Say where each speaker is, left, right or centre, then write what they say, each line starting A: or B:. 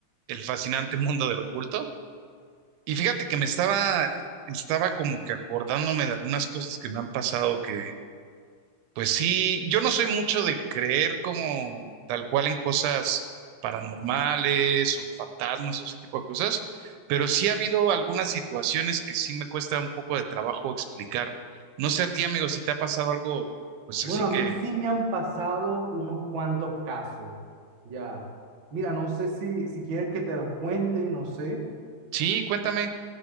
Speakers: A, on the right; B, on the right.
A: el fascinante mundo del oculto. Y fíjate que me estaba, estaba como que acordándome de algunas cosas que me han pasado que Pues sí, yo no soy mucho de creer como tal cual en cosas paranormales o fantasmas o ese tipo de cosas, pero sí ha habido algunas situaciones que sí me cuesta un poco de trabajo explicar. No sé a ti, amigo, si te ha pasado algo, pues
B: Bueno,
A: así
B: a
A: que
B: mí sí me han pasado unos cuantos casos. Ya. Mira, no sé si, si quieres que te los cuente, no sé.
A: sí, cuéntame.